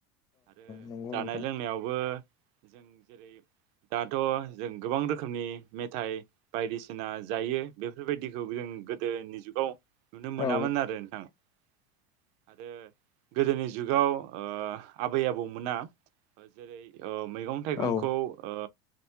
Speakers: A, on the right; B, on the left.
A: आरो
B: नंगौ
A: जानाय
B: नोंथां
A: लोंनायावबो जों जेरै दाथ' जों गोबां रोखोमनि मेथाइ बायदिसिना जायो बेफोरबायदिखौ जों गोदोनि जुगाव नुनो मोनामोन
B: औ
A: आरो नोंथां आरो गोदोनि जुगाव ओ आबै आबौमोना जेरै ओ मैगं थाइगंखौ
B: औ
A: ओ